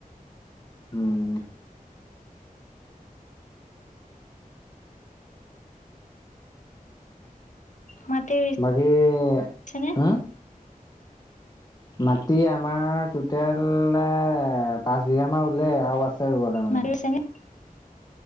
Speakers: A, on the left (about 30°); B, on the left (about 60°).
A: উম।
B: মাটি
A: বাকী,
B: ৰুইছেনে
A: হুম মাটি আমাৰ টোটেল এ পাঁচ বিঘামান ৰুলে, আৰু আছ ছে ৰুবলে মানে।
B: মাটি ৰুইছেনে